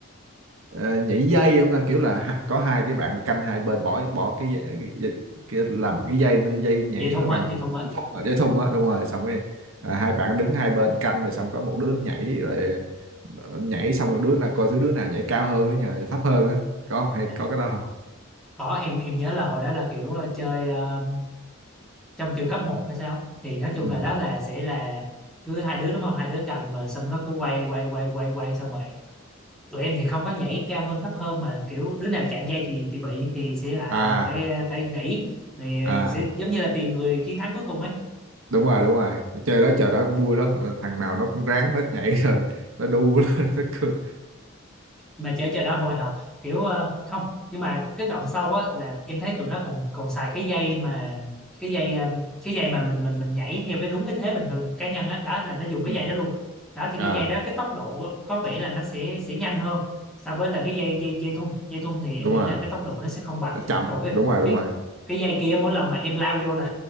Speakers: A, on the right; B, in the centre.
A: ờ, nhảy dây không ta kiểu là ha- có hai cái bạn canh hai bên bỏ bỏ cái, dây- cái, dây- cái làm cái dây nó- dây nhảy
B: vậy thôi
A: nó
B: mà
A: bằng
B: vậy thôi mà
A: cái thùng á, dây thun á đúng rồi xong cái ờ, hai bạn đứng hai bên canh rồi xong có một đứa nhảy rồi ờ, nhảy xong một đứa nào coi thứ đứa nào nhảy cao hơn đứa nào nhảy thấp hơn á có không? hay
B: à,
A: có cái đó không
B: có em em nhớ là hồi đó là kiểu ờ, chơi ờ, trong trường cấp một hay sao thì nói chung
A: ừ.
B: là đó là sẽ là cứ hai đứa đúng không hai đứa cầm rồi xong nó cứ quay quay quay quay quay xong tụi em thì không có nhảy cao hơn thấp hơn mà kiểu đứa nào chạm dây thì thì bị thì sẽ là
A: à
B: phải phải nghỉ thì
A: à
B: sẽ giống như là tìm người chiến thắng cuối cùng ấy
A: đúng rồi đúng rồi chơi đó trời đó cũng vui lắm Ờ, thằng nào nó cũng ráng nó nhảy <laughs> rồi nó đu lên <laughs> nó cười
B: mà chờ chờ đã hồi hộp kiểu ờ, không nhưng mà cái đoạn sau á là em thấy tụi nó còn còn xài cái dây mà cái dây ờ, cái dây mà mình mình mình nhảy theo cái đúng cái thế bình thường cá nhân á đó là nó dùng cái
A: ừ.
B: dây đó luôn đó thì
A: à
B: cái dây đó cái tốc độ có vẻ là nó sẽ sẽ nhanh hơn so với là cái dây dây dây thun dây thun thì em
A: đúng
B: nghĩ
A: rồi
B: là cái tốc độ nó sẽ không bằng
A: nó chậm
B: rồi cái
A: đúng rồi
B: cái
A: đúng rồi
B: cái dây kia mỗi lần mà em lao vô là